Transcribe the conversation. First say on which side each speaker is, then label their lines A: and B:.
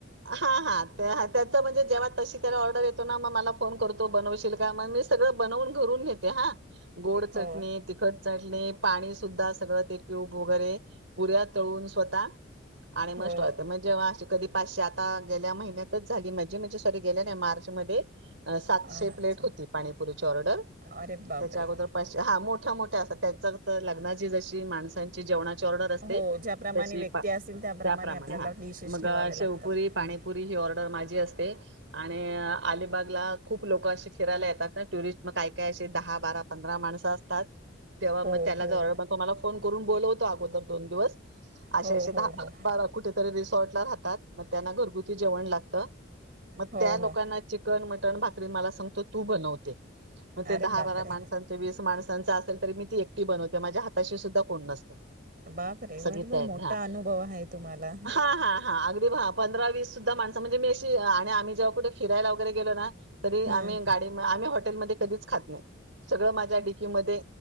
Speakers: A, on the right; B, on the right.
A: हा हा त्याच म्हणजे जेव्हा तशी त्याला ऑर्डर येत तो मग मला फोन करतो बनवशील का? म मी सगळं बनवून घरून न्हेते हा गोड
B: हो
A: चटणी तिखट चटनी पाणी सुद्धा सगळं, ते क्यूब वगैरे पुऱ्या तळून स्वतः आणि म
B: हो
A: स्टॉल ठेवते म् जेव्हा अशी कधी? पाचशे आता गेल्या महिन्यात तेच झाली माझी म्हंजे सॉरी गेल्या नाही, मार्च मधे सातशे
B: अच्छा
A: प्लेट होती पाणीपुरीची ऑर्डर
B: अरे बापरे
A: त्याच्या अगोदर पाचशे हा, मोठ्या मोठ्या असतात. त्याच्यात लग्नाची जशी माणसांची ती जेवणाची ऑर्डर असते,
B: हो ज्याप्रमाणे
A: तशी
B: व्यक्ती असतील त्याप्रमाणे
A: त्याप्रमाने
B: आपल्याला
A: हा
B: डिशेस
A: मग
B: ठेवावे
A: शेवपुरी,
B: लागतात
A: पानी
B: हां
A: पुरी ही ऑर्डर माझी असते आणि अलिबागला खूप लोकं अशी फिरायला येतात, ना टुरिस्ट मग काय काय असे दहा, बारा, पंधरा माणसं असतात. तेव्हा
B: हो
A: मग त्याला
B: हो
A: जवळ मग, तो मला फोन करून बोलवतो अगोदर दोन दिवस असे
B: हो
A: असे दहा
B: हो हो
A: बारा कुठेतरी रिसॉर्ट ला राहतात, मग त्यांना घरगुती जेवण लागतं. मग
B: हो
A: त्या लोकांना
B: हो
A: चिकन, मटण, भाकरी मला सांगतो तू बनव ते. मग ते
B: अरे
A: दहा
B: बापरे
A: बारा माणसांचं, वीस माणसांच असेल, तरी मी ते एकटी बनवते, माझ्या हाताशी सुद्धा कोण नसतं.
B: बापरे
A: सगली
B: बरोबर
A: तयारी
B: मोठा
A: हा
B: अनुभव आहे तुम्हाला
A: हा हा हा अगदी भा पंधरा वीस सुद्धा माणसं म्हणजे मी अशी आणि आम्ही जेव्हा कुठे फिरायला? वगैरे गेलो ना तरी
B: हम्म.
A: आम्ही गाडी म आम्ही हॉटेलमध्ये कधीच खात नाही. सगळं माझ्या डिग्गी मधे